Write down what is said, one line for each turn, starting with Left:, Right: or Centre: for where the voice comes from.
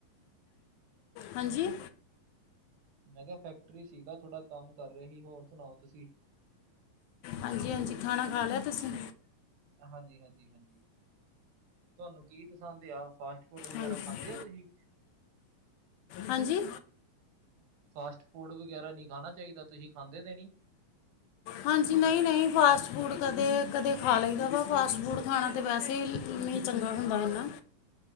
Left: ਹਾਂਜੀ।
Right: ਮੈਂ ਕੇਹਾ ਫੈਕਟਰੀ ਸੀਗਾ ਥੋੜਾ ਕੰਮ ਕਰ ਰਿਹਾ ਸੀ ਹੋਰ ਸੁਨਾਔ ਤੁਸੀਂ?
Left: ਹਾਂਜੀ-ਹਾਂਜੀ ਖਾਣਾ ਖਾ ਲਿਆ ਤੁਸੀਂ।
Right: ਹਾਂਜੀ-ਹਾਂਜੀ-ਹਾਂਜੀ। ਤੁਆਨੂੰ ਕੀ ਪਸੰਦ ਆ ਫਾਸਟ ਫੂਡ ਵਗੈਰਾ
Left: ਹਾਂਜੀ
Right: ਖਾਂਦੇ ਔ ਤੁਸੀਂ?
Left: ਹਾਂਜੀ।
Right: ਫਾਸਟ ਫੂਡ ਵਗੈਰਾ ਨੀ ਖਾਨਾ ਚਾਈਦਾ ਤੁਹੀ ਖਾਂਦੇ ਤੇ ਨੀ
Left: ਹਾਂਜੀ, ਨਹੀਂ -ਨਹੀਂ ਫਾਸਟ ਫੂਡ ਕਦੇ ਕਦੇ ਖਾ ਲਈਦਾ ਵਾ ਫਾਸਟ ਫੂਡ ਖਾਣਾ ਤੇ ਵੈਸੇ ਹੀ ਚੰਗਾ ਹੁੰਦਾ ਇ ਨਾ